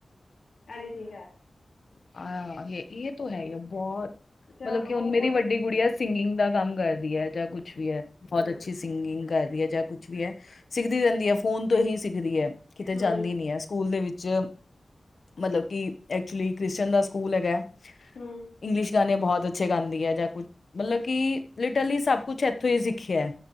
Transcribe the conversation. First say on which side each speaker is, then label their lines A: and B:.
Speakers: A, on the left (about 80°); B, on the left (about 65°).
A: ਐਨੀਥਿੰਗ
B: ਹਾਂ, ਇਹ ਜੇ ਤੋਂ ਹੈ ਹੀ ਆ ਬਹੁਤ
A: ਤਾਂ
B: ਮਤਲਬ
A: ਉਹ
B: ਕਿ ਹੁਣ ਮੇਰੀ
A: ਉਹਦੇ
B: ਵੱਡੀ
A: ਵਿੱਚ
B: ਕੁੁੜੀਆ ਸਿੰਗਿੰਗ ਦਾ ਕੰਮ ਕਰਦੀ ਐ ਜਾਂ ਕੁੱਛ ਵੀ ਐ ਬਹੁਤ
A: ਹਮ
B: ਅੱਛੀ ਸਿੰਗਿੰਗ ਕਰਦੀ ਐ ਜਾਂ ਕੁਛ ਵੀ ਐ ਸਿੱਖਦੀ ਰਹਿੰਦੀ ਐ ਫੋਨ ਤੋਂ ਹੀ ਸਿੱਖਦੀ ਐ। ਕਿਤੇ ਜਾਂਦੀ
A: ਹਮ
B: ਨੀ ਐ ਸਕੂਲ ਦੇ ਵਿੱਚ ਮਤਲਬ ਕਿ ਐਕਚੁਲੀ ਕ੍ਰਿਸਚਨ ਦਾ ਸਕੂਲ ਹੈਗਾ।
A: ਹੂੰ।
B: ਇੰਗਲਿਸ਼ ਗਾਣੇ ਬਹੁਤ ਅੱਛੇ ਗਾਉਂਦੀ ਹੈ ਜਾਂ ਕੁਝ ਮਤਲਬ ਕਿ ਲਿਟਰਲੀ ਸਭ ਕੁਛ ਇੱਥੋਂ ਹੀ ਸਿੱਖਿਆ।